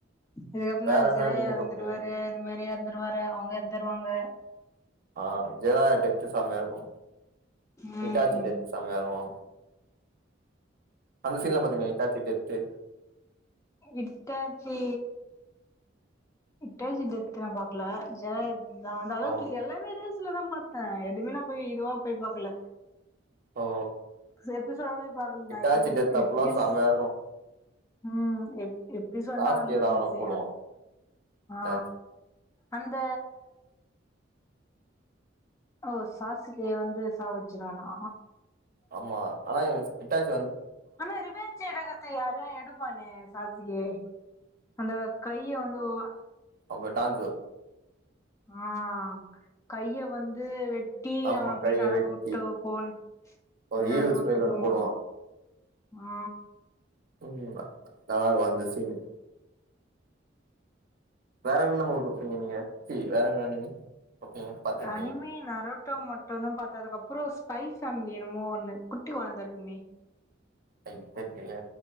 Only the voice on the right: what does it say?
வேற என்ன
நீங்க
பாப்பீங்க
ஆ ஜெனா ட்டி ச்சா சமயா இருக்கு
இட்டாச்சிட்டு எத்து செமயா இருக்கு அந்த சீன்லா பாத்தீங்களா Itachi death
ஓ
ஓ
ஹிட்டாச்சி
டெத் அப்பல்லா
செமையா இருக்கு
சாஸ்கே
தா
ஆனா
போடுவா
ஹிட்டாச்சி
ஆமா ஆனா இவ இட்டாச்
அவ பே டான்சு
ஆமா
கைய
வெட்டி
ஒரு ஈவில்
ஸ்மைல்
ஒண்ணு
போடுவா
ம் நல்லாருக்கு அந்த சீனு வேறென்ன மூவி பாப்பிங்க நீங்க ச்சி வேறென்ன அனிமி பாப்பீங்க பாத்திருக்கீங்க
அது தெர்லியே